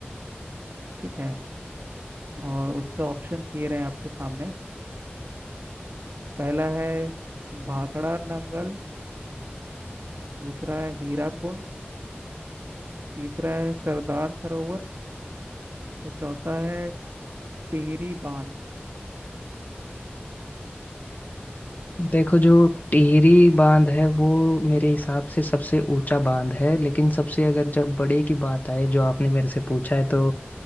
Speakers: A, on the right; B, on the left.
A: ठीक है और उसके ऑप्शंस ये रहे आपके सामने पहला है भाखड़ा नंगल दूसरा है हीरा कुंड तीसरा है सरदार सरोवर या चौथा है टिहरी बांध
B: देखो जो टिहरी बांध है वो मेरे हिसाब से सबसे ऊंचा बांध है लेकिन सबसे अगर जब बड़े की बात आए जो आपने मेरे से पूछा है तो